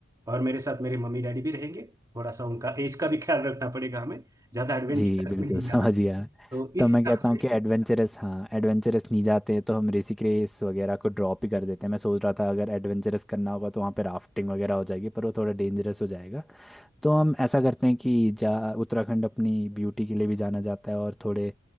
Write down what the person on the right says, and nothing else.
और मेरे साथ मेरे मम्मी डैडी भी रहेंगे थोड़ा सा उनका एज का भी ख्याल रखना पड़ेगा हमें ज़्यादा एडवेंचरस
में नहीं
जाना
तो
इस
हिसाब
से